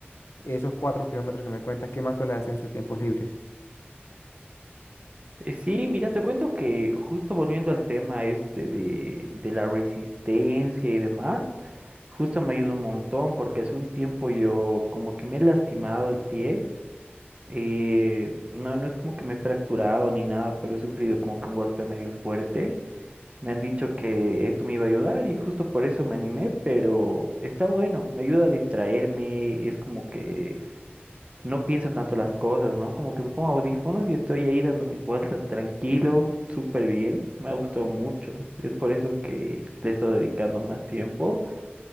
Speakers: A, on the left; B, on the right.
A: esos cuatro kilómetros que me cuentas, ¿qué más suele hacer en sus tiempos libres?
B: Eh, Sí, mira, te cuento que justo volviendo al tema este de, de la resistencia y demás, Justo me ayuda un montón porque hace un tiempo yo como que me he lastimado el pie. eh, no, no es como que me he fracturado ni nada, pero he sufrido como que un golpe medio fuerte. Me han dicho que esto me iba a ayudar y justo por eso me animé, pero está bueno, me ayuda a distraerme, es como que no pienso tanto las cosas, ¿no? Como que me pongo audífonos y estoy ahí dando mis vueltas tranquilo, súper bien, me ha gustado mucho, es por eso que le estoy dedicando más tiempo.